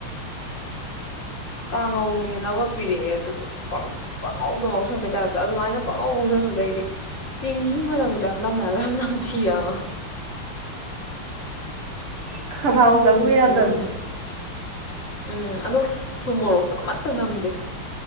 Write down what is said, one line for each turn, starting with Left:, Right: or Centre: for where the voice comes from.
Left: ꯀꯥꯡꯉꯧꯅꯦꯅ ꯑꯃ ꯄꯤꯔꯛꯑꯦ ꯑꯗꯨꯁꯨ ꯄꯉꯧꯗ ꯉꯧꯁꯟꯕꯩ ꯇꯥꯏꯞꯇ ꯑꯗꯨꯃꯥꯏꯅ ꯄꯉꯧ ꯉꯧꯁꯟꯕꯗꫭ ꯑꯩꯗꯤ ꯆꯤꯡꯍꯤ ꯃꯅꯝꯒꯤ ꯇꯥꯏꯞ ꯅꯝꯃꯦꯕ ꯍꯥꯏꯕ ꯌꯥꯝꯅ ꯊꯤ ꯑꯉꫭ
Right: ꯍ ꯈꯔꯥꯎ ꯆꯪꯉꯨ ꯌꯥꯗꯕꯗꯣ
Left: ꯌꯥꯝꯅ ꯎꯝ ꯑꯗꯨ ꯊꯨꯝ ꯃꯣꯔꯣꯛꯁꯨ ꯑꯃꯠꯇ ꯅꯝꯗꯦ